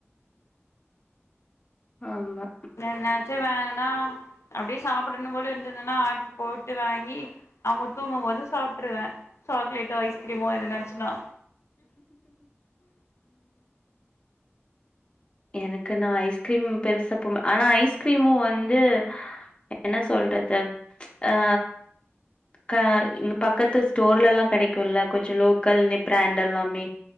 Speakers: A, on the left; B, on the left.
A: ஆமா
B: வேண்டாட்டி வேணா அப்டியே சாப்படணும் போல இருந்ததுன்னா ஆடுரு போட்டு வாங்கி அவங்க தூங்கும்போது சாப்ட்ருவே சாக்லேட்டோ ஐஸ்கிரீமோ எதுன இருந்துச்சுன்னா
A: எனக்கு நா ஐஸ்கிரீம் பெருசப்பன் ஆனா ஐஸ்கிரீமும் வந்து என்ன சொல்றது அ கா இங்க பக்கத்து ஸ்டோர்ல எல்லா கிடைக்கும்ல்ல கொஞ்ச லோக்கல்னு பிராண்ட் எல்லாமே